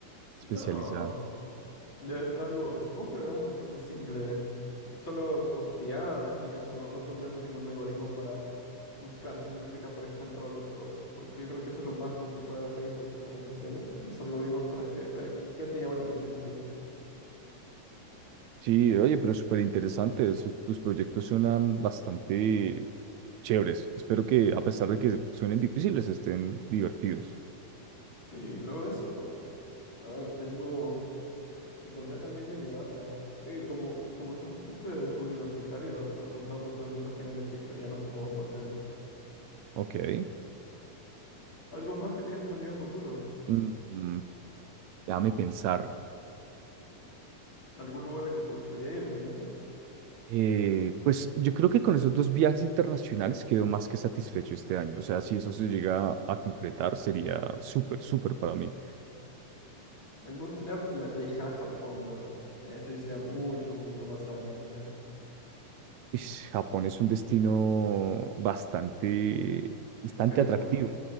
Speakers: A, on the right; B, on the left.
A: especializada.
B: No, debe ser algo, supongo que lo haremos bastante simple. Solo postear y eso, no, no pondremos ningún algoritmo para buscar simplemente que aparezcan todos los posts, porque yo creo que eso es lo más complicado de Facebook, esas redes sociales, los algoritmos para que ver qué te llama la atención a ti.
A: Sí, oye, pero súper interesante. esos- Tus proyectos suenan bastante chéveres. Espero que, a pesar de que suenen difíciles, estén divertidos.
B: Sí, luego de eso, a ver, tengo... Te conté también de mi banda. Sí, como, como somos este universitarios, nos juntamos solamente a final de ciclo, ya nos pongamos más serios.
A: Ok.
B: ¿Algo más que tienes planeado a futuro?
A: Mm, mm, déjame pensar.
B: ¿Algún lugar al que te gustaría ir también?
A: Eh, pues yo creo que con esos dos viajes internacionales quedo más que satisfecho este año. O sea, si eso se llega a concretar, sería súper, súper para mí.
B: A mí me gustaría pla- viajar a Japón, pero eso sería mucho, mucho más adelante.
A: Ish, Japón es un destino bastante, bastante
B: Carito,
A: atractivo